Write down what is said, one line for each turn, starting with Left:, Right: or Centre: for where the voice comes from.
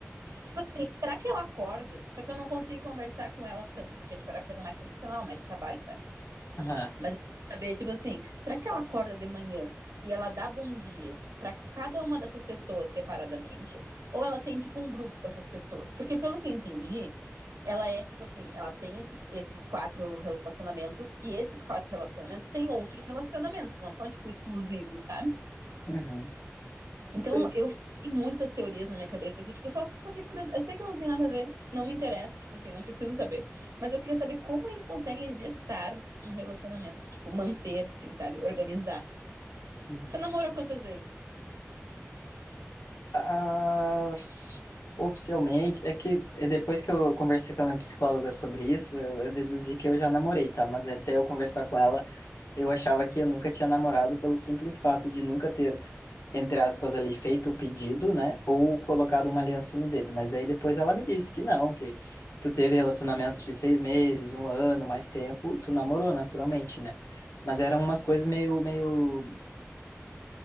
Right: Tipo assim, será que ela acorda? Só que eu não consigo conversar com ela tanto, que é tipo, era coisa mais profissional, mais de trabalho, sabe?
Left: aham,
Right: Mas eu queria saber, tipo assim, será que ela acorda de manhã e ela dá bom dia para cada uma dessas pessoas separadamente? Ou ela tem, tipo, um grupo com essas pessoas? Porque pelo que eu entendi ela é tipo assim, ela tem esse- esses quatro relacionamentos e esses quatro relacionamentos têm outros relacionamentos, não são tipo exclusivos, sabe?
Left: uhum.
Right: Então
Left: Pois,
Right: eu tenho muitas teorias na minha cabeça que tipo só só de curiosidade, eu sei que eu não tenho nada a ver, não me interessa, tipo assim, não preciso saber, mas eu queria saber como eles conseguem gestar um relacionamento, tipo manter, assim, sabe, organizar.
Left: uhum.
Right: Você namorou quantas vezes?
Left: Ah, oficialmente, é que é, depois que eu conversei com a minha psicóloga sobre isso, eu, eu deduzi que eu já namorei, tá? Mas até eu conversar com ela. Eu achava que eu nunca tinha namorado pelo simples fato de nunca ter, entre aspas, ali feito o pedido, né? Ou colocado uma aliança no dedo. Mas daí depois ela me disse que não, que tu teve relacionamentos de seis meses, um ano, mais tempo, tu namorou naturalmente, né? Mas eram umas coisas meio, meio,